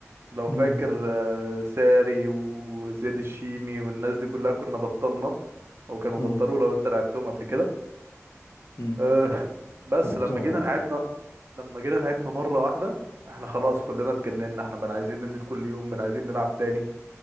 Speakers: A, on the right; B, on the left.
A: لو
B: امم
A: فاكر آه، ساري وزياد الشيمي والناس دي كلها كنا بطلنا او كانوا
B: امم
A: بطلوا لو انت لعبتهم قبل كده
B: امم
A: أه بس
B: لعبتهم
A: لما جينا
B: أه
A: لعبنا لما جينا لعبنا مره واحده احنا خلاص كلنا اتجننا احنا بقى عايزين ننزل كل يوم بقى عايزين نلعب تاني